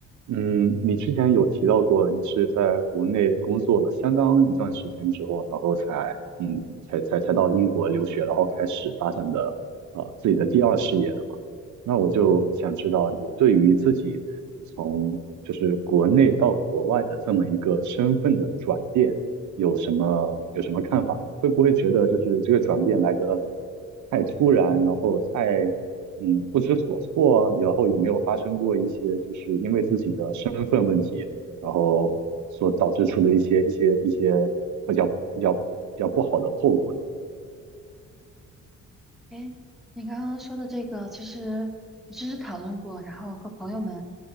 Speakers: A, on the right; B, in the centre.
A: 嗯，你之前有提到过，你是在国内工作了相当一段时间之后，然后才嗯，才才才到英国留学，然后开始发展的呃自己的第二事业的嘛？那我就想知道，
B: 嗯，
A: 你对于自己从就是国内到国外的这么一个身份的转变，有什么有什么看法？会不会觉得就是这个转变来得太突然，然后太嗯不知所措啊然后有没有发生过一些就是因为自己的身份问题，然后所导致出的一些一些一些比较比较比较不好的后果呢？
B: 哎，你刚刚说的这个，其实我其实讨论过，然后和朋友们，